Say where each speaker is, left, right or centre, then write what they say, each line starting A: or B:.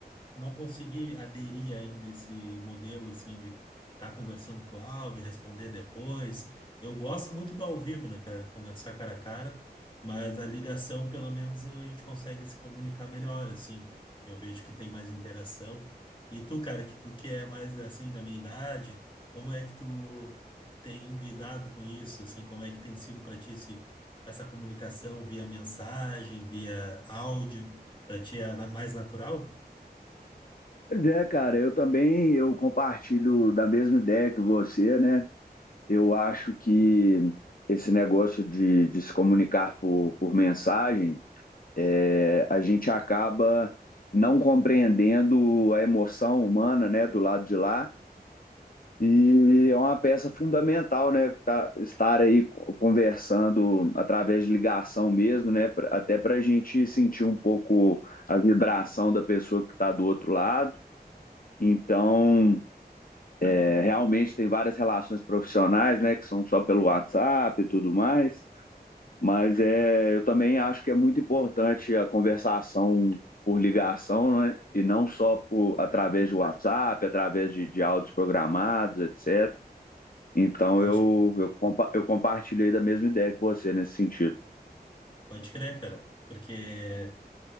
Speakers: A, on the left; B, on the left.
A: não consegui aderir ainda a esse modelo assim de estar conversando por áudio, responder depois eu gosto muito do ao vivo, né, cara? Conversar cara a cara, mas a ligação, pelo menos, a gente consegue se comunicar melhor, assim. Eu vejo que tem mais interação. E tu, cara, que tu que é mais, assim, da minha idade, como é que tu tem lidado com isso, assim? Como é que tem sido para ti esse, essa comunicação via mensagem, via áudio? Para ti é na- mais natural?
B: Pois é, cara, eu também eu compartilho da mesma ideia que você, né? Eu acho que esse negócio de, de se comunicar por, por mensagem, é, a gente acaba não compreendendo a emoção humana, né, do lado de lá. E é uma peça fundamental, né? tá- estar aí co- conversando através de ligação mesmo, né? pra- Até para a gente sentir um pouco a vibração da pessoa que está do outro lado. Então, é, realmente tem várias relações profissionais, né? Que são só pelo WhatsApp e tudo mais. Mas é, eu também acho que é muito importante a conversação por ligação, né? E não só por, através do WhatsApp, através de, de áudios programados, etc. Então
A: Pode,
B: eu, eu, compa- eu compartilhei da mesma ideia que você nesse sentido.
A: pode crer, cara. Porque